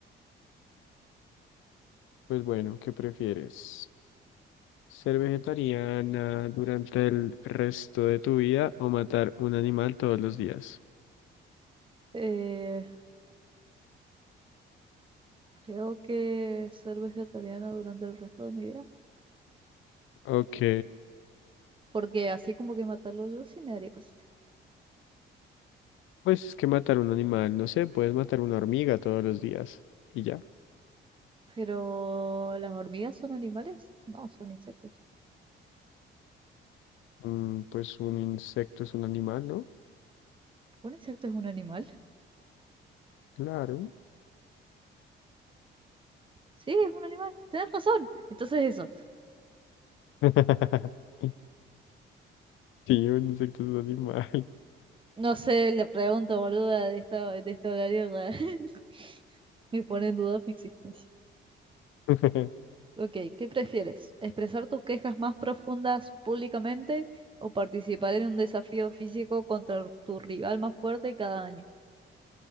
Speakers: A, on the left; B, on the right.
A: Pues bueno, ¿qué prefieres? ¿Ser vegetariana durante el resto de tu vida o matar un animal todos los días?
B: Eh, creo que ser vegetariana durante el resto de mi vida.
A: Ok.
B: Porque así como que matarlo yo sí me daría cosita.
A: Pues es que matar un animal, no sé, puedes matar una hormiga todos los días y ya.
B: Pero las hormigas son animales. No, son insectos.
A: Mm, pues un insecto es un animal, ¿no?
B: ¿Un insecto es un animal?
A: Claro.
B: Sí, es un animal. Tienes razón. Entonces eso.
A: <laughs> Sí, un insecto es un animal.
B: No sé, la pregunta boluda de esta, de este horario ya <laughs> me pone en duda mi existencia.
A: <laughs>
B: Ok, ¿qué prefieres? ¿Expresar tus quejas más profundas públicamente o participar en un desafío físico contra tu rival más fuerte cada año?